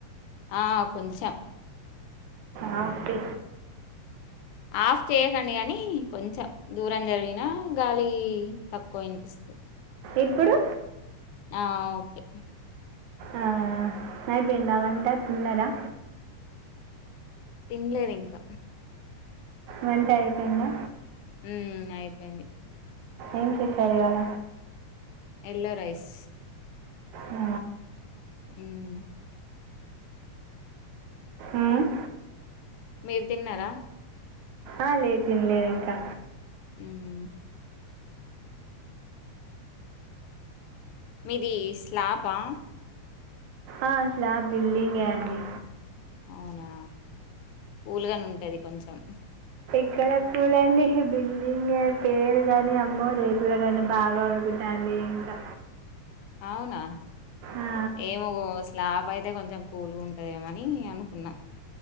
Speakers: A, on the left; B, on the right.
A: ఆ కొంచెం
B: ఆ ఓకే
A: ఆఫ్ చేయకండి గనీ కొంచెం, దూరం జరిగినా గాలి తక్కువ ఇనిపిస్తుంది.
B: ఇప్పుడు?
A: ఆ ఓకే
B: ఆ అయిపోయిందా వంట తిన్నరా?
A: తినలేదు ఇంకా.
B: వంట అయిపోయిందా?
A: ఉమ్ అయిపోయింది.
B: ఏం చేసారు ఇవాళ?
A: Yellow rice.
B: ఆ
A: ఉమ్
B: ఉమ్
A: మీరు తిన్నరా?
B: ఆ లేదు తినలేదు ఇంకా.
A: ఉమ్ మీది స్లాపా?
B: ఆ స్లాబ్ బిల్డింగే అండి.
A: అవునా కూలుగనే ఉంటది కొంచెం.
B: ఎక్కడ కూల్ అండి, బిల్డింగే పేరు గని అమ్మో రేకుల కన్నా బాగా ఉడుకుతాంది. ది ఇంకా.
A: అవునా,
B: ఆ,
A: ఏమో స్లాబ్ అయితే కొంచెం కూల్ గుంటదేమోనని. నీ అనుకున్నా.